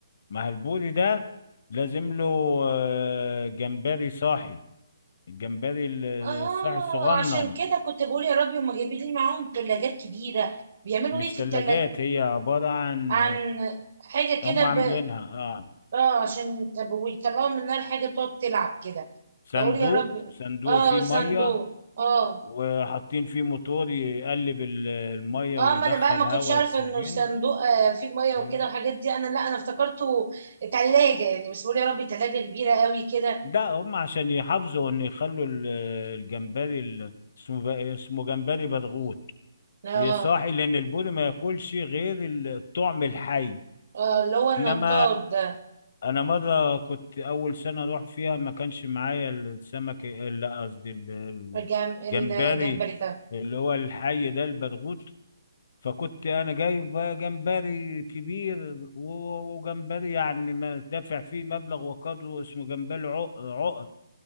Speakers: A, on the left; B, on the right.
A: ما هو البوري ده لازم له آه، جمبري صاحي الجمبري الصاحي
B: اه
A: الصغنن
B: عشان كده كنت بقول يا ربي هما جايبين لي معاهم ثلاجات كبيره بيعملوا
A: مش
B: ايه في
A: تلاجات
B: الثلاجه
A: هي عبارة عن
B: عن حاجه كده
A: هم عاملينها
B: ب...
A: اه
B: اه عشان طب ويطلعوا من النار حاجه تقعد تلعب كده
A: صندوق
B: اقول يا ربي
A: صندوق
B: اه
A: فيه
B: صندوق
A: مية
B: اه
A: وحاطين فيه موتور يقلب ال- المية
B: اه
A: ويدخل
B: ما انا بقى ما كنتش
A: هواء
B: اعرف
A: أكسجين
B: انه صندوق آه فيه ميه
A: أيوه
B: وكده والحاجات دي انا لا انا افتكرته ثلاجه يعني بس بقول يا ربي ثلاجه كبيره قوي كده
A: ده هم عشان يحافظوا إن يخلوا ال- الجمبري ال- اسمه ب- اسمه جمبري برغوت
B: اه
A: يصاحي لأن البوري ما ياكلش غير الطعم الحي
B: اه اللي هو النطاط
A: إنما
B: ده
A: انا مره كنت اول سنه اروح فيها ما كانش معايا السمك لا قصدي ال-
B: الجم... الجمبري
A: الجمبري
B: ده
A: اللي هو الحي ده البرغوث فكنت انا جايب بقى جمبري كبير و- وجمبري يعني ما دافع فيه مبلغ وقدره اسمه جمبري عق- عقد